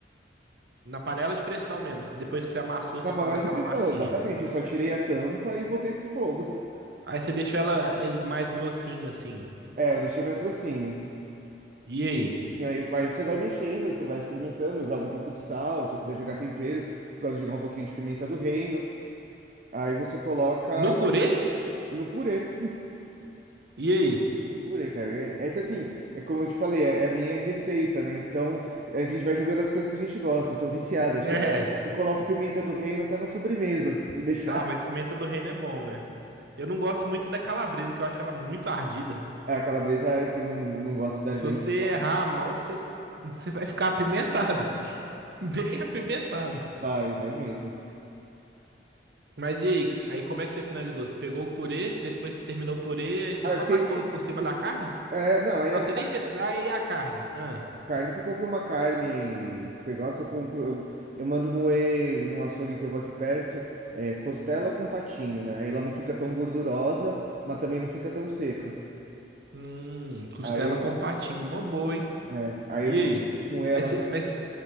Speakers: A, on the right; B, on the right.
A: Na panela de pressão mesmo. Depois que você amassou,
B: Na
A: você
B: panela
A: faz aquela
B: de pressão,
A: massinha.
B: exatamente. Eu só tirei a tampa e voltei pro fogo.
A: Aí você deixa ela ele mais grossinho assim.
B: É, eu deixei mais grossinho.
A: E aí?
B: E aí, aí você vai mexendo, aí você vai experimentando, joga um pouco de sal, se você quiser jogar tempero, gosto de jogar um pouquinho de pimenta do reino. Aí você coloca
A: No purê?
B: no purê.
A: E aí?
B: No purê, cara. É, é que assim, é como eu te falei, é, é a minha receita, né? Então a gente vai jogando as coisas que a gente gosta. Eu sou viciado, acho
A: É.
B: que eu, eu coloco pimenta do reino até na sobremesa, <laughs> se deixar.
A: Ah, mas pimenta do reino é bom, né? Eu não gosto muito da calabresa, que eu acho ela muito ardida.
B: É, a calabresa é que não, não gosta de dar
A: Se
B: dente.
A: você errar a mão, você, você vai ficar apimentado. <laughs> Bem apimentado.
B: Vai, vai mesmo.
A: Mas e aí? Aí como é que você finalizou? Você pegou o purê, depois você terminou o purê, aí você
B: Ah,
A: só
B: eu fiquei-
A: tacou por cima da carne?
B: é, não, aí
A: Não,
B: é
A: você nem fez. Aí a carne. Ah.
B: Carne, você compra uma carne que você gosta, eu compro, eu, eu mando moer no açougue que eu vou aqui perto, é, costela com patinho, né? Aí ela não fica tão gordurosa, mas também não fica tão seca.
A: Hum, costela
B: Aí, eu-
A: com patinho. Uma boa, hein?
B: é, aí
A: E
B: eu mando
A: aí?
B: moer ela,
A: Mas, você- mas